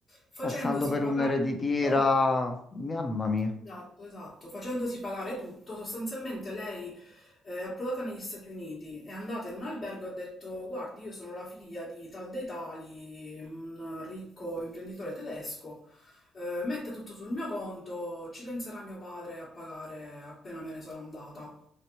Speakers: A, on the left; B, on the left.
A: facendosi
B: Passando per
A: pagare
B: un'ereditiera,
A: tutto.
B: mamma mia.
A: Esatto, esatto. Facendosi pagare tutto, sostanzialmente lei eh, è approdata negli Stati Uniti, è andata in un albergo e ha detto: Guardi, io sono la figlia di tal dei tali, un ricco imprenditore tedesco, eh, metta tutto sul mio conto, ci penserà mio padre a pagare appena me ne sarò andata.